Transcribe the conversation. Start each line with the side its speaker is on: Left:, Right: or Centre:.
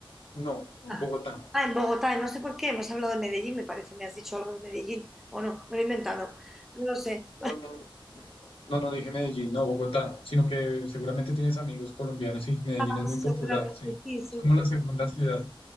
Left: No, Bogotá.
Centre: Ah, ah, en Bogotá, no sé por qué, hemos hablado de Medellín, me parece, me has dicho algo de Medellín, o no, me lo he inventado, no lo sé.
Left: No, no, No, no dije Medellín, no Bogotá, sino que seguramente tienes amigos colombianos y Medellín
Centre: Ah,
Left: es muy popular,
Centre: seguramente,
Left: sí.
Centre: sí, sí,
Left: Es como la segunda ciudad.